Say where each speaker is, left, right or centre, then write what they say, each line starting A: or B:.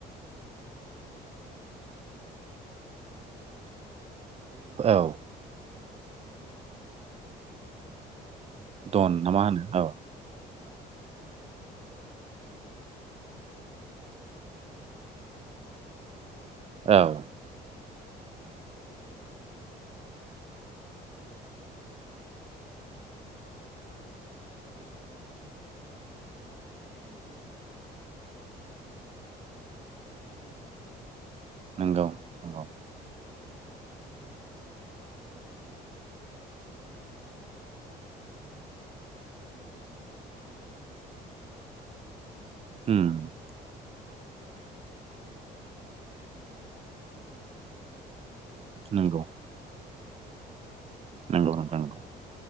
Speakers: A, on the right (about 15°); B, on the right (about 35°).
A: माइरं माइरं बिबारजोंहाय खर'आव होनानै बै
B: औ
A: माबायावहाय सान्द्रियाव दोननाय जे बैराथिफोर लानाय बा थि आलारि
B: दन ना
A: बाथि
B: मा होनो
A: सावनाय
B: औ
A: औ बेजोंहाय औ आलारि बा थि बेजोंहाय खर'आवहाय फिदिङो आरो ना जारिनाय बायदि
B: औ
A: बेनिफ्रायहाय औ बिनिफ्रायहाय हौवा गोदान हिनजाव गोदाना ए बे हौवा गोदान हिनजाव गोदाननि दुथि बा गामसायावहाय हिन्जाव गोदानानि जोमग्राजों खाथेनानै गिदिङो आरो ना बिसोरो
B: नंगौ
A: गिदिंनायनि
B: नंगौ
A: उनाव गिदिंखांनायनि उनावहाय हाबायाहाय जोबो बिनि उनावहाय बिदिनो आलो गोजोनै रायजो जालांनायनि माखासे ओ
B: उम
A: हौवा गोदान आरो हिनजाव गोदानखौहाय पुरुहेतफ्रा बुजायनानै बिदिन्थि होयो आरो ना मोजांखौ मोजां
B: नंगौ
A: जेरैबायदि संसारखौ जालाङोब्ला ओरैबायदि
B: नंगौ
A: मोजां जागोन
B: नोंथां नंगौ
A: बेबायदि